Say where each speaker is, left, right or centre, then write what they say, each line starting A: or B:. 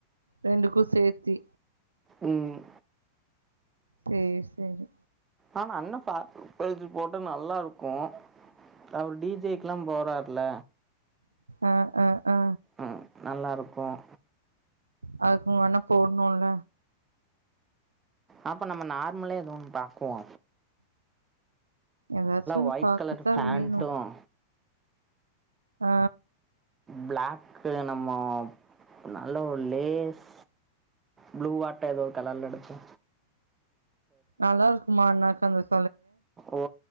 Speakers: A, on the right (about 75°); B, on the right (about 20°).
A: ரெண்டுக்கு சேத்தி
B: ம்
A: சேரி சேரி
B: ஆனா அண்ண ஃபார்மல்ஸ் போட்டு நல்லா இருக்கு அவர் டிஜே க்லா போறார்ல
A: ஆ ஆ ஆ
B: ம். நல்லாருக்கும்.
A: அதுக்கு உங்க அண்ண போடணுல்ல
B: அப்ப நம்ம நார்மலே எதோ ஒண்ணு பாக்குவோ
A: எதாச்சு ஒன்னு
B: ஒயிட்
A: பாக்கத்தா
B: கலர் ஃபேண்ட்டும்,
A: வேணு ஆ
B: பிளாக்கு நம்ம நல்ல ஒரு லேஸ் ப்ளூ வாட்ட எதோ கலர்ல எடுப்போ
A: நல்லார்க்குமா அந்தா கலர்
B: ஓ